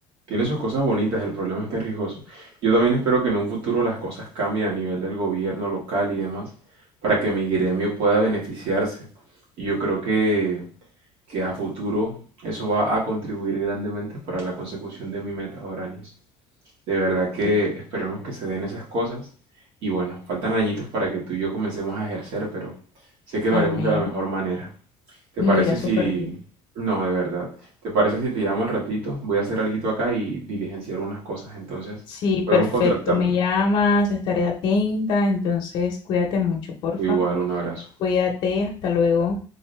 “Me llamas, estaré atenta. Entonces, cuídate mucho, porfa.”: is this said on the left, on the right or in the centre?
Left